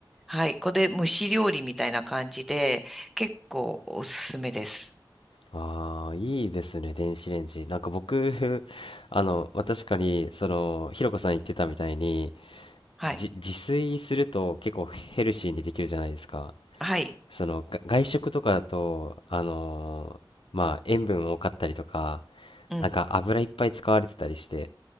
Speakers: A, in the centre; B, on the left (about 85°).
A: はい、これ蒸し料理みたいな感じで、結構おすすめです。
B: ああ、いいですね、電子レンジ。なんか僕、<laughs> あの、まあ、確かに、その、ひろこさん言ってたみたいに、
A: はい、
B: じ、自炊すると結構ヘルシーにできるじゃないですか。
A: はい、
B: その、が外食とかだと、あのーまあ、塩分多かったりとか、
A: うん、
B: なんか油いっぱい使われてたりして、